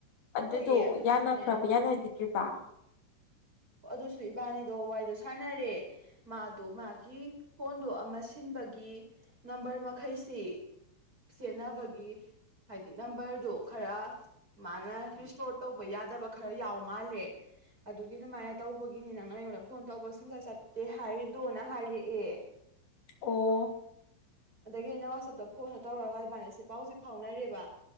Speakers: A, on the left; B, on the right.
A: ꯑꯗꯨꯗꯣ
B: ꯍꯣꯏꯌꯦ ꯑꯗꯨꯁꯨꯅꯦ
A: ꯌꯥꯅꯈ꯭ꯔꯕ ꯌꯥꯅꯈꯤꯗ꯭ꯔꯤꯕ
B: ꯑꯗꯨꯁꯨ ꯏꯕꯥꯅꯤꯗꯣ ꯋꯥꯔꯤꯗꯣ ꯁꯥꯟꯅꯔꯦ ꯃꯥꯗꯣ ꯃꯥꯒꯤ ꯐꯣꯟꯗꯣ ꯑꯃ ꯁꯤꯟꯕꯒꯤ ꯅꯝꯕꯔ ꯃꯈꯩꯁꯤ ꯁꯦꯟꯅꯅꯕꯒꯤ ꯍꯥꯏꯗꯤ ꯅꯝꯕꯔꯗꯣ ꯈꯔ ꯃꯥꯅ ꯔꯤꯁꯇꯔꯣ ꯇꯧꯕ ꯌꯥꯗꯕ ꯈꯔ ꯌꯥꯎ ꯃꯥꯜꯂꯦ ꯑꯗꯨꯒꯤ ꯑꯗꯨꯃꯥꯏꯅ ꯇꯧꯕꯒꯤꯅꯤ ꯅꯪꯅ ꯑꯩꯉꯣꯟꯗ ꯐꯣꯟ ꯇꯧꯕ ꯁꯨꯡꯁꯠ ꯆꯠꯇꯦ ꯍꯥꯏꯗꯣꯅ ꯍꯥꯏꯔꯛꯑꯦ
A: ꯑꯣ
B: ꯑꯗꯒꯤ ꯑꯩꯅ ꯋꯥꯆꯞꯇ ꯐꯣꯟꯗꯣ ꯇꯧꯔꯒ ꯏꯕꯥꯅꯤꯁꯤ ꯄꯥꯎꯁꯦ ꯐꯥꯎꯅꯔꯦꯕ